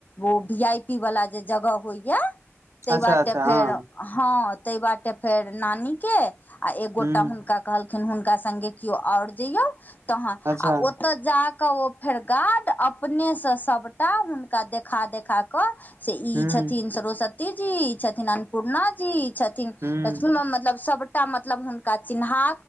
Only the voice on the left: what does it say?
ओ वी आई पी वला जे जगह होइए ताहि
बाटे
फेर हँ ताहि बाटे फेर नानी के आ एकगोटा
हुनका कहलखिन हुनका संगे केयो आओर ज‌इयौ तहन
आ ओतऽ जाकऽ ओ फेर गार्ड अपने सँ सबटा हुनका देखा देखा कऽ से ई
छथिन सरस्वती जी ई छथिन अन्नपूर्णा जी छथिन
लक्ष्मण मे मतलब सबटा मतलब हुनका चिन्हा